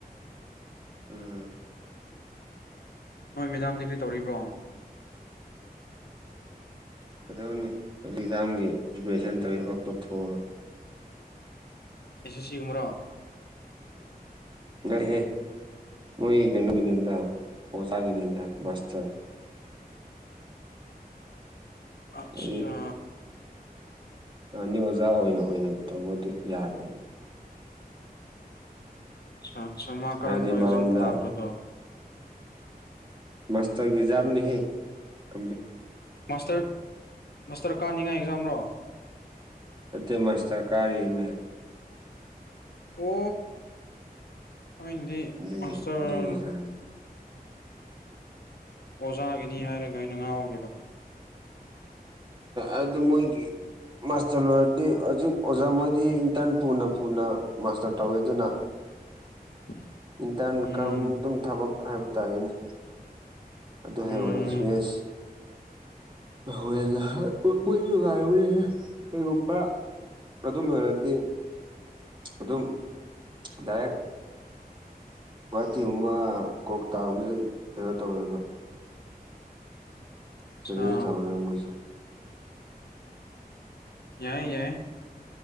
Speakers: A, on the right (about 30°); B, on the left (about 85°).
A: ꯎꯝ
B: ꯅꯣꯏ ꯃꯦꯗꯥꯝꯗꯤ ꯀꯔꯤ ꯇꯧꯔꯤꯕ꯭ꯔꯣ
A: ꯀꯩꯗꯧꯅꯤ ꯍꯧꯖꯤꯛ ꯑꯦꯛꯖꯥꯝꯒꯤ ꯄ꯭ꯔꯤꯄꯦꯔꯦꯁꯟ ꯇꯧꯋꯤ ꯊꯕꯛ ꯇꯣꯛꯊꯣꯛꯑꯒ
B: ꯑꯦꯁ ꯑꯦꯁ ꯁꯤꯒꯨꯝꯕ꯭ꯔꯣ
A: ꯅꯠꯇꯦꯍꯦ ꯃꯣꯏꯒꯤ ꯀꯩꯅꯣꯒꯤꯅꯦꯗ ꯑꯣꯖꯥꯒꯤꯅꯦꯗ ꯃꯥꯁꯇꯔ
B: ꯑꯠꯁꯥ
A: ꯃꯣꯏꯒꯤ ꯑꯅꯤ ꯑꯣꯖꯥ ꯑꯣꯏꯅ ꯑꯣꯏꯅ ꯇꯧꯕꯗꯨ ꯌꯥꯗꯕ
B: ꯑꯠꯁꯥ ꯑꯠꯁꯥꯃꯥ ꯀꯔꯝꯕ
A: ꯍꯥꯏꯕꯗꯤ
B: ꯑꯦꯛꯖꯥꯝ
A: ꯃꯉꯣꯟꯗ
B: ꯊꯥꯕ꯭ꯔꯗꯣ
A: ꯃꯥꯁꯇꯔꯒꯤ ꯑꯦꯖꯥꯝꯅꯤꯍꯦ ꯀꯝ
B: ꯃꯥꯁꯇꯔ ꯃꯥꯁꯇꯔ ꯀꯥꯅꯤꯡꯉꯥꯏ ꯑꯦꯛꯖꯥꯝꯔꯣ
A: ꯅꯠꯇꯦ ꯃꯥꯁꯇꯔ ꯀꯥꯔꯤ ꯑꯦꯝ ꯑꯦ
B: ꯑꯣ ꯑꯩꯟꯗꯤ
A: ꯑꯗꯨꯒꯤ
B: ꯃꯥꯁꯇꯔ
A: ꯑꯗꯨꯒꯤ ꯑꯦꯛꯖꯥꯝꯅꯤꯗ
B: ꯑꯣꯖꯥꯒꯤꯅꯤ ꯍꯥꯏꯔꯒ ꯑꯩꯅ ꯉꯥꯎꯈꯤꯕ
A: ꯑꯗꯨ ꯃꯣꯏꯒꯤ ꯃꯥꯁꯇꯔ ꯂꯣꯏꯔꯗꯤ ꯍꯧꯖꯤꯛ ꯑꯣꯖꯥ ꯃꯣꯏꯗꯤ ꯏꯟꯇꯔꯟ ꯄꯨꯅ ꯄꯨꯅ ꯃꯥꯁꯇꯔ ꯇꯧꯋꯦꯗꯅ
B: <inaudible>
A: ꯏꯟꯇꯔꯟ
B: ꯎꯝ
A: ꯀꯝ ꯑꯗꯨꯝ ꯊꯕꯛ ꯍꯥꯏꯕ ꯇꯥꯔꯦꯅꯦ ꯑꯗꯨ ꯍꯌꯦꯡꯋꯥꯏ
B: ꯎꯝ
A: ꯑꯦꯛꯁꯄꯤꯔꯤꯌꯦꯟꯁ ꯍꯣꯏ ꯃꯣꯏꯁꯨꯒꯥꯏ ꯍꯦ ꯀꯩꯒꯨꯝꯕ꯭ꯔ ꯑꯗꯨ ꯂꯣꯏꯔꯗꯤ ꯑꯗꯨꯝ ꯗꯥꯏꯔꯦꯛ ꯒꯨꯍꯥꯇꯤꯒꯨꯝꯕ ꯀꯣꯜꯀꯇꯥꯒꯨꯝꯕꯕꯁꯤ ꯀꯩꯅꯣ ꯇꯧꯋꯦꯕ
B: ꯑꯠꯆꯥ
A: ꯁꯦꯂꯔꯤ ꯆꯥꯎꯋꯦꯕ ꯃꯣꯏꯁꯦ
B: ꯌꯥꯏ ꯌꯥꯏ